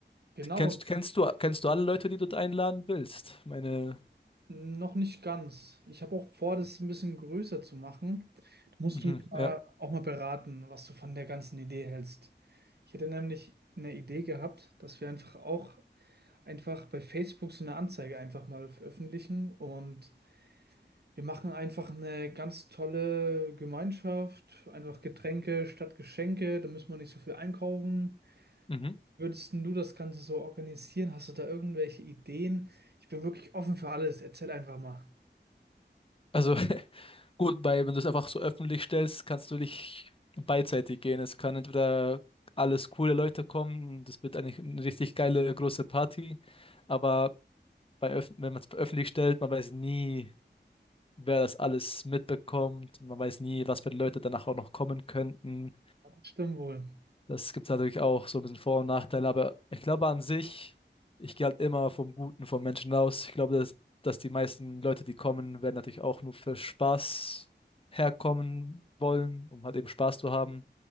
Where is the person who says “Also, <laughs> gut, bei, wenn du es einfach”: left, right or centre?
Left